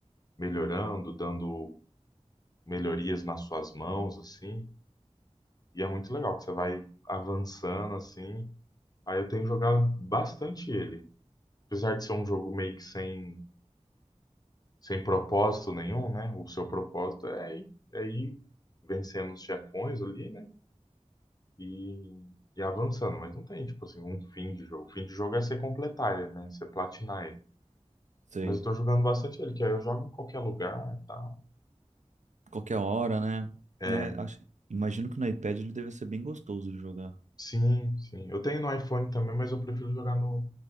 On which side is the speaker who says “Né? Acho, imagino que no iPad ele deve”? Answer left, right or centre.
Right